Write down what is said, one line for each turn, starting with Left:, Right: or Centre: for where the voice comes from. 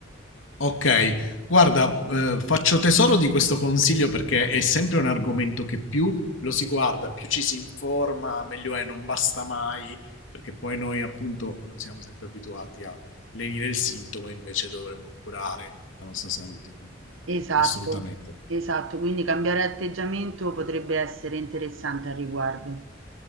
Left: okay. Guarda, ehm, faccio tesoro di questo consiglio perché è sempre un argomento che più lo si guarda, più ci si informa, meglio è, non basta mai, perché poi noi appunto, uhm, siamo sempre abituati a lenire il sintomo e invece dovremmo curare la nostra salute, quindi
Right: Esatto,
Left: assolutamente.
Right: esatto, quindi cambiare atteggiamento potrebbe essere interessante al riguardo.